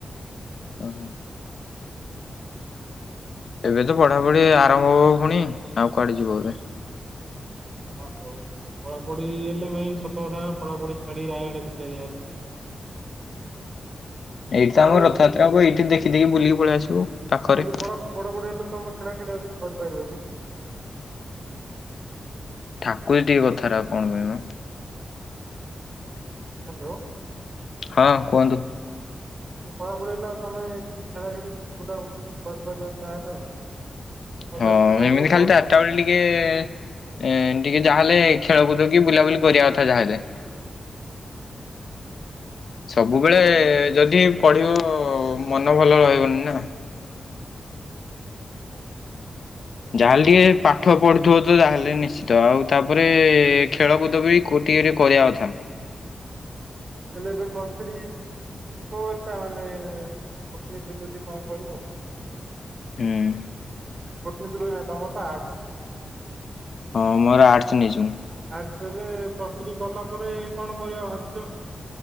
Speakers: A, on the left; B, on the right.
A: ଓହୋ। ଏବେ ତ ପଢ଼ାପଢି ଆରମ୍ଭ ହବ ପୁଣି ଆଉ କୁଆଡେ ଯିବ ଏବେ।
B: ହଁ ହଉ ହଉ ପଢାପଢି ହେଲେ ମେନ ସତ କଥା ପଢାପଢି ଛାଡି <unintelligible>
A: ଏଇଠି
B: ପଢାପଢି
A: ତ ଆମ ରଥଯାତ୍ରା ହୁଏ ଏଇଠି ଦେଖି ଦେଇ ବୁଲିକି ପଳେଇ ଆସିବୁ ପାଖରେ।
B: ହେଲେ ପଢା ପଢାପଢି ହେଲେ ତମେ ଖେଳା ଖେଳିି ଆଉ କିଛି କରିପାରିବନି।
A: ଠାକୁରେ ଟିକେ କଥାରା କଣ ପାଇଁ ମ?
B: ହାଲୋ।
A: ହଁ କୁହନ୍ତୁ?
B: ପଢାପଢି ହେଲା ଆଉ ତମେ କିଛି ଖେଳା ଖେଳି କିଛି ବୁଲା ବୁଲି କିଛି କରିବାକୁ ଚାହଁ ନା ଆଉ କଲେଜରୁ
A: ହଁ
B: ଘରୁ
A: ଏମିତି ଖାଲି
B: ଘରୁ
A: ଚାରିଟା ବେଳେ ଟିକେ ଟିକେ ଟିକେ ଯାହାହେଲେ ଖେଳକୁଦ କି ବୁଲାବୁଲି କରିବା କଥା ଯାହାହେଲେ। ସବୁବେଳେ
B: ମୋବାଇଲ
A: ଯଦି ପଢିବୁ ମନ ଭଲ ରହିବନି ନା। ଯାହାହେଲେ
B: ହଁ।
A: ଟିକେ ପାଠ ପଢୁଥିବ ତ ତାହେଲେ ନି ତ ଆଉ ତାପରେ ଖେଳକୁଦ ବି କଉଥି କେରେ କରିବା କଥା।
B: ହେଲେ ଏବେ ପ୍ଳସ ଥ୍ରି କୋଉ ତାହେଲେ <unintelligible> କଣ କରିବ ଆଉ
A: ହୁଁ।
B: <unintelligible> ତମର ତ ଆଡସେ।
A: ହଁ ମୋର ଆଡସ୍ ନେଇଛି ମୁଁ,
B: ଆଡସ୍ ହେଲେ ପ୍ଲସ୍ ଥ୍ରୀ କଲା ପରେ କଣ କରିବା ଭାବିଛ?